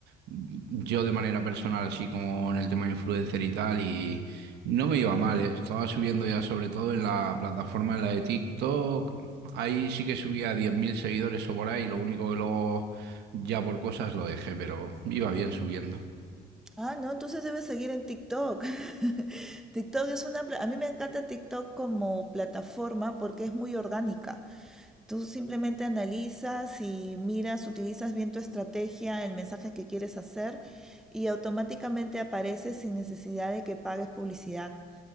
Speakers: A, on the right; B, in the centre.
A: yo de manera personal, así como en el tema influencer y tal, y no me iba mal. eh. Estaba subiendo ya sobre todo en la plataforma, en la de TikTok. Ahí sí que subía 10.000 seguidores o por ahí, lo único que luego ya por cosas lo dejé, pero iba bien subiendo.
B: Ah, no, entonces debes seguir en TikTok. <laughs> TikTok es una... pla- A mí me encanta TikTok como plataforma porque es muy orgánica. Tú simplemente analizas y miras, utilizas bien tu estrategia, el mensaje que quieres hacer y automáticamente aparece sin necesidad de que pagues publicidad.